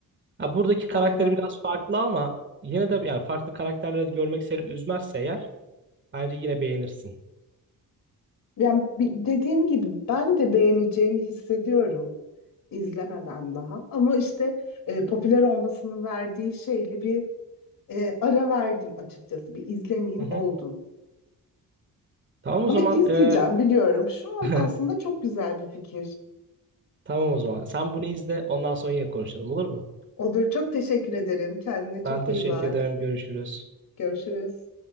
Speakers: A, on the right; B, on the left.
A: Ha, buradaki karakteri
B: aynen.
A: biraz farklı ama yine de yani farklı karakterleri de görmek seni üzmezse eğer bence yine beğenirsin.
B: Yani bi- dediğim gibi ben de beğeneceğimi hissediyorum izlemeden daha ama işte e, popüler olmasının verdiği şeyle bir E, ara verdim açıkçası. Bir izlemeyeyim
A: Hı hı.
B: oldum.
A: Tamam
B: Ama
A: o zaman
B: izleyeceğim
A: e,
B: biliyorum. Şu an
A: <laughs>
B: aslında çok güzel bir fikir.
A: tamam o zaman. Sen bunu izle ondan sonra yine konuşalım olur mu?
B: Olur, çok teşekkür ederim. Kendine çok
A: Ben teşekkür
B: iyi bak.
A: ederim. Görüşürüz.
B: Görüşürüz.